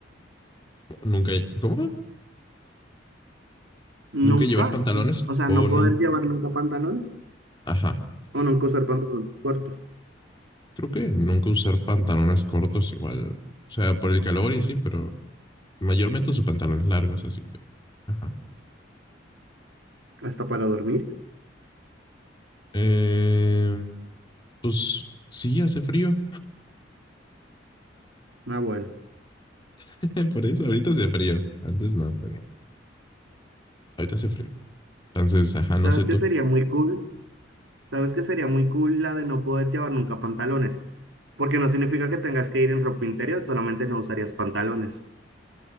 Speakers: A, on the left; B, on the right.
A: Nunca. ¿Cómo?
B: Nunca,
A: Nunca llevar pantalones
B: o sea,
A: o
B: no poder
A: nunca.
B: llevar nunca pantalones
A: Ajá.
B: o nunca usar pantalones cortos.
A: Creo que nunca usar pantalones cortos igual. O sea, por el calor y así, pero mayormente uso pantalones largos, así que. Ajá.
B: Hasta para dormir.
A: Eh, pues sí, hace frío.
B: Ah, bueno.
A: <laughs> Por eso, ahorita hace frío. Antes no, pero ahorita hace frío. Entonces, ajá, no
B: ¿Sabes
A: sé tú.
B: qué sería muy cool? ¿Sabes qué sería muy cool la de no poder llevar nunca pantalones? Porque no significa que tengas que ir en ropa interior, solamente no usarías pantalones.